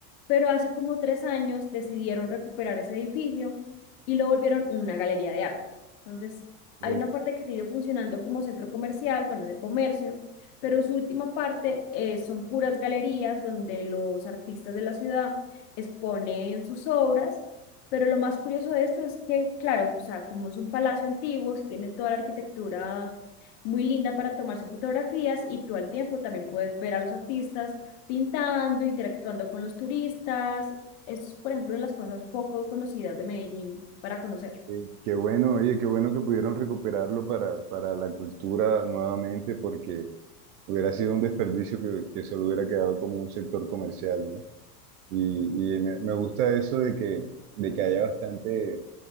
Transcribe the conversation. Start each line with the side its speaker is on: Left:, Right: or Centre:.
Left: pero hace como tres años decidieron recuperar ese edificio y lo volvieron una galería de arte. Entonces,
Right: Pero,
Left: hay una parte que sigue funcionando como centro comercial, bueno, de comercio, pero su última parte eh, son puras galerías donde los artistas de la ciudad exponen sus obras pero lo más curioso de esto es que, claro, o sea, como es un palacio antiguo, sí tiene toda la arquitectura muy linda para tomarse fotografías y tú al tiempo también puedes ver a los artistas pintando, interactuando con los turistas. Es, por ejemplo, una de las cosas poco conocidas de Medellín para conocer.
Right: eh, qué bueno, oye, qué bueno que pudieron recuperarlo para, para la cultura nuevamente, porque hubiera sido un desperdicio que, que solo hubiera quedado como un sector comercial, ¿no? Y, y me, me gusta eso de que, de que haya bastante